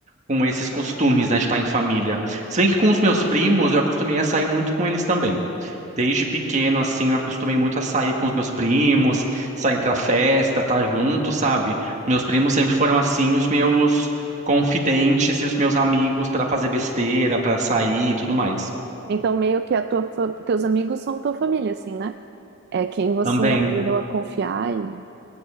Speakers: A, on the right; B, on the right.
A: com esses costumes, né, de estar em família. Se bem que com os meus primos, eu acostumei a sair muito com eles também. Desde pequeno, assim, eu acostumei muito a sair com os meus primos, sair pra festa, estar junto, sabe? Meus primos sempre foram, assim, os meus confidentes e os meus amigos pra fazer besteira, pra sair e tudo mais.
B: Então, meio que a tua, fa- teus amigos são tua família, assim, né? É quem você
A: Também,
B: aprendeu a confiar e,